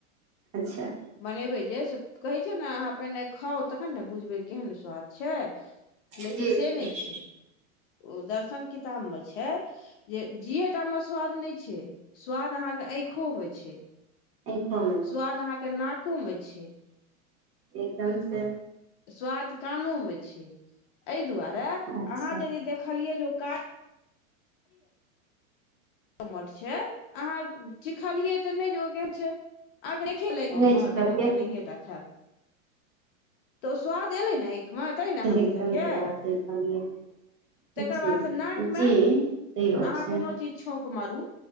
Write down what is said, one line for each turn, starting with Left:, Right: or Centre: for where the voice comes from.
Right: अच्छा
Left: बनेबे जे से कहै छै ने आहाँ पहिने खाउ तखन ने बुझबै केहन स्वाद छैय
Right: जी
Left: लेकिन
Right: जी
Left: से नहि छै ओ दर्शन किताब मे छै जे जिय्टा मे स्वाद नहि छै स्वाद अहाँ के आँखो मे छै
Right: आँखोमे
Left: स्वाद आहाँ के नाको मे छै
Right: एकदम से
Left: स्वाद कानोमे छै एहि दुआरे
Right: अच्छा
Left: अहाँ यदि देखलियै जे का अम्मठ छै आहाँ चिखलियै तऽ नहि ओ केहन छै आ देख ल
Right: नहि छै कहलियै
Left: तऽ नहिटा खायब तऽ स्वाद एलै ने एक <unintelligible>
Right: एकदम से बात सही कहलियै जी
Left: <inaudible> तकर बादसँ नाकमे
Right: जी सही गप
Left: अहाँ
Right: छै
Left: कोनो चीज छौक मारू